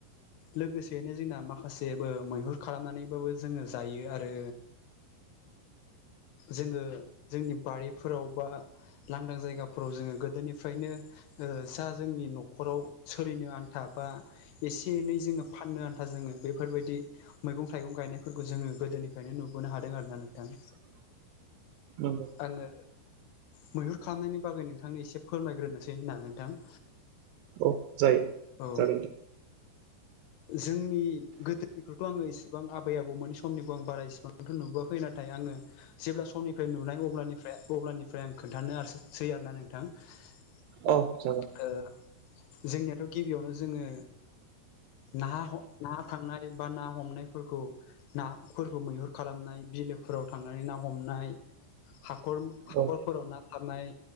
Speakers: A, on the left; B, on the right.
A: लोगोसेयैनो जोंना माखासे मैहुर खालामनानैबाबो जोङो जायो आरो जोङो जोंनि बारिफोराव बा लांदां जायगाफोराव जोङो गोदोनिफ्रायनो जा जोंनि न'खराव सोलिनो आ आथा बा एसे एनै जोङो फाननो आन्था जोङो बेफोरबायदि मैगं थाइगं गायनायफोरखौ जोङो गोदोनिफ्रायनो नुबोनो हादों आरो ना नोंथां
B: <inaudible> नंगौ
A: आङो मैहुर खालामनायनि बागै नोंथांनि एसे फोरमायग्रोनोसै ना नोंथां
B: औ जायो
A: औ
B: जागोन दे
A: जोंनि गोदोनिखौथ' आङो इसिबां आबै आबौमोन समनिखौ आं बारा इसेबां आंथ' नुबोआखै नाथाय आङो जेब्ला समनिफ्राय नुनाय अफ्राय अब्लानिफ्राय आं खोन्थानोसै आरोना नोंथां सै
B: औ जागोन
A: आरोना नोंथां जोंनियाथ' गिबियावनो जोङो ना ना थांनाय बा ना हमनायफोरखौ नाफोरखौ मैहुर खालामनाय बिलोफोराव थांनानै ना हमनाय हाखर हाखरफोराव
B: औ
A: ना हाबनाय